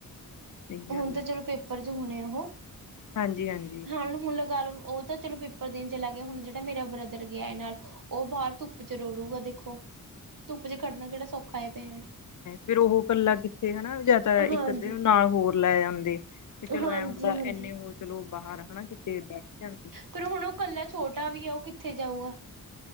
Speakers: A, on the left; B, on the right.
A: ਸਹੀ
B: ਹੁਣ
A: ਗੱਲ
B: ਤਾਂ
A: ਹੈ
B: ਚਲੋ ਪੇਪਰ 'ਚ ਹੋਣੇ ਉਹ
A: ਹਾਂਜੀ ਹਾਂਜੀ
B: ਹਣ ਹੁਣ ਲਗਾ ਲਓ ਉਹ ਤਾਂ ਚਲੋ ਪੇਪਰ ਦੇਣ ਚਲਾ ਗਿਆ ਹੁਣ ਜਿਹੜਾ ਮੇਰਾ ਬਰਦਰ ਗਿਆ ਇਹ ਨਾਲ ਉਹ ਬਾਹਰ ਧੁੱਪ ਚ ਰੁੜੂਗਾ ਦੇਖੋ ਧੁੱਪ ਚ ਖੜਨਾ ਕਿਹੜਾ ਸੌਖਾ ਪਿਆ
A: ਫੇਰ ਉਹ ਇਕੱਲਾ ਕਿੱਥੇ ਹਨਾ ਯਾ ਤਾਂ ਇੱਕ
B: ਹਾਂਜੀ
A: ਅੱਧੇ ਨੂੰ ਨਾਲ ਹੋਰ ਲੈ ਜਾਂਦੇ। ਵੀ ਚਲੋ
B: ਹਾਂਜੀ
A: ਐਂ ਹੁੰਦਾ
B: ਹਾਂਜੀ
A: ਇੰਨੇ ਉਹ ਚਲੋ ਬਾਰ ਹਨਾ ਕਿਤੇ ਬੈਠ ਜਾਂ
B: ਫੇਰ ਹੁਣ ਓ ਕੱਲਾ ਛੋਟਾ ਵੀ ਆ ਓ ਕਿੱਥੇ ਜਾਊਗਾ?